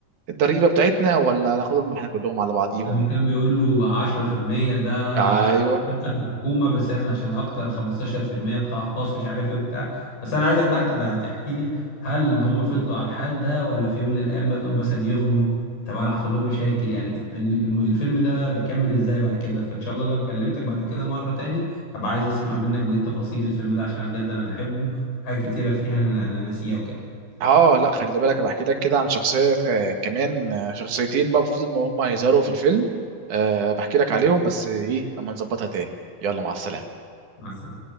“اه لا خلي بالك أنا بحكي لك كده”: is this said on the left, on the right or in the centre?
Right